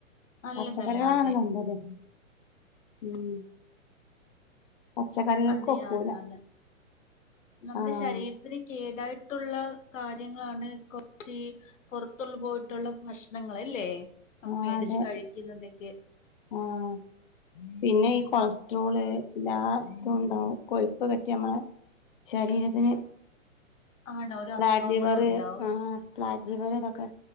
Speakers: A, on the left; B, on the left.
A: നല്ലതല്ല
B: പച്ചക്കറികളാണ്
A: അതെ
B: നല്ലത് ഉം പച്ചക്കറികൾക്ക്
A: അതെയാണ്
B: ഒക്കൂല
A: ആണ് നമ്മുടെ
B: ആഹ്
A: ശരീരത്തിന് കേടായിട്ടുള്ള കാര്യങ്ങളാണ് കൊറച്ച് ഈ പുറത്തുള്ള പോയ് ട്ടുള്ള ഭക്ഷണങ്ങൾ ഇല്ലേ.
B: ആഹ്
A: മേടിച്ച്
B: അതെ
A: കഴിക്കുന്നതൊക്കെ
B: ആഹ് പിന്നെ ഈ കൊളസ്ട്രോള് എല്ലാതും ഉണ്ടാവും കൊഴുപ്പ് കെട്ടി നമ്മളെ ശരീരത്തിന്
A: ആണ് ഓരോ അസുഖങ്ങളും
B: ഫാറ്റ് ലിവർ
A: ഉണ്ടാവും
B: ആ ഫ്ലാറ്റ് ലിവർ ഇതൊക്കെ